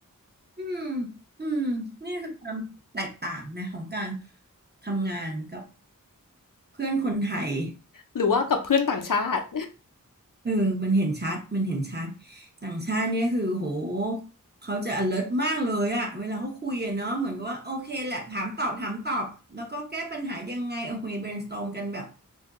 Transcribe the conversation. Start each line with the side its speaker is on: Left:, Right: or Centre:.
Right: อืมอืมนี่คือความแตกต่างนะของการทำงานกับเพื่อนคนไทย
Left: หรือว่ากับเพื่อนต่างชาติ
Right: เออมันเห็นชัด มันเห็นชัด ต่างชาติเนี่ยคือโหเขาจะ alert มากเลยอะเวลาเขาคุยอะเนาะเหมือนกับว่าโอเคแหละถามตอบถามตอบ แล้วก็แก้ปัญหายังไงโอเค brainstorm กันแบบ